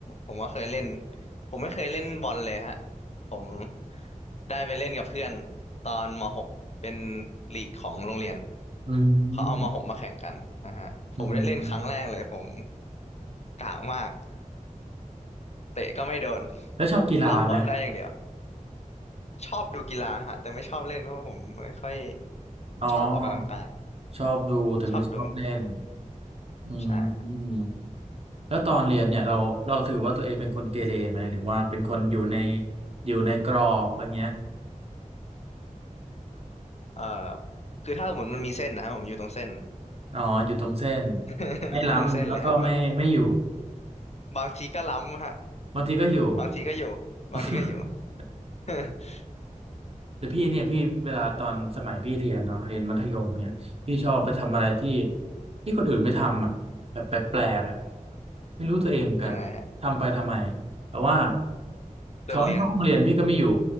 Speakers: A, on the left; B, on the right.
A: ผมก็เคยเล่นผมไม่เคยเล่นบอลเลยฮะผมได้ไปเล่นกับเพื่อนตอนมหกเป็นลีกของโรงเรียน
B: อืม
A: เขาเอาม .6 มาแข่งกันนะฮะผมได้เล่นครั้งแรกเลยผม
B: อืม
A: กากมากเตะก็ไม่โดน
B: แล้วชอบกีฬาไหม
A: รับบอลได้อย่างเดียว ชอบดูกีฬาฮะแต่ไม่ชอบเล่นเพราะผมไม่ค่อย
B: อ๋อ
A: ชอบออกกำลังกาย
B: ชอบดูแต่ไม่ชอบเล่น
A: ชอบดู
B: อืมอืม
A: ใช่
B: แล้วตอนเรียนเนี่ยเราเราถือว่าตัวเองเป็นคนเกเรไหมหรือว่าเป็นคนอยู่ในอยู่ในกรอบอย่างเงี้ย
A: เอ่อคือถ้าสมมติมันมีเส้นนะฮะบผมอยู่ตรงเส้น
B: อ๋ออยู่ตรงเส้น
A: <laughs>
B: ไม่ล้ำแล้วก็ไม่ไม่อยู่
A: อยู่ตรงเส้นเลยฮะแบบบางทีก็ล้ำฮะ
B: บางทีก็อยู่
A: บางทีก็อยู่บางทีก็อยู่
B: <laughs>
A: <laughs>
B: แต่พี่เนี่ยพี่เวลาตอนสมัยพี่เรียนเนาะเรียนมัธยมเนี่ยพี่ชอบไปทำอะไรที่ที่คนอื่นไม่ทำอ่ะแบบแปลกๆอ่ะไม่รู้ตัวเองเหมือนกันทำไปทำไม
A: ยังไงฮะ
B: แต่ว่าเขาให้เข้าห้องเรียนพี่ก็ไม่อยู่
A: โดดเรียน